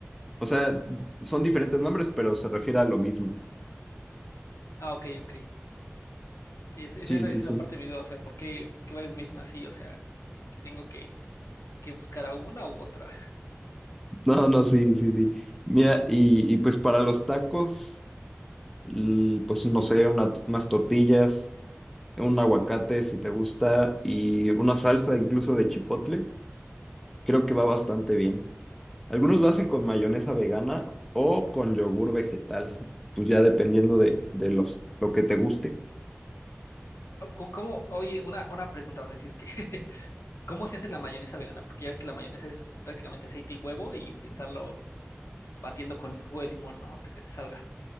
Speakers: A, in the centre; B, on the left.
A: O sea, son diferentes nombres, pero se refiere a lo mismo.
B: Ah, ok, ok. Sí, ese-
A: Sí,
B: esa era,
A: sí,
B: esa
A: sí.
B: era parte de mi duda. O sea, ¿por qué, por qué varios me dicen así? O sea, que tengo que, que buscar a una u otra.
A: No, no, sí, sí, sí. Mira, y, y pues para los tacos, l- pues no sé, una- unas tortillas, un aguacate si te gusta, y una salsa incluso de chipotle, creo que va bastante bien. Algunos lo hacen con mayonesa vegana o con yogur vegetal, pues ya dependiendo de, de los, lo que te guste.
B: Ah, ¿Cómo, cómo- oye, una, una pregunta, vas a decir que, <laughs> ¿cómo se hace la mayonesa vegana? Porque ya ves que la mayonesa es prácticamente aceite y huevo y estarlo batiendo con el jugo de limón, ¿no? Hasta que te salga.